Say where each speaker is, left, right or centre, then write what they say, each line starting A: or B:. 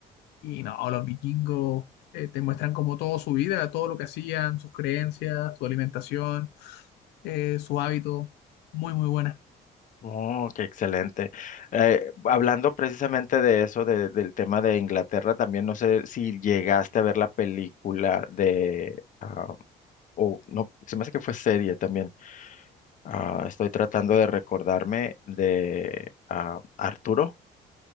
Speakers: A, on the left (about 80°); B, on the left (about 50°).
A: y no, los vikingos eh, te muestran como toda su vida, todo lo que hacían, sus creencias, su alimentación, eh, su hábito. Muy, muy buena.
B: oh, qué excelente. Eh, hablando precisamente de eso, de- del tema de Inglaterra, también no sé si llegaste a ver la película de, ah, o no, se me hace que fue serie también. Ah, estoy tratando de recordarme de ah, Arturo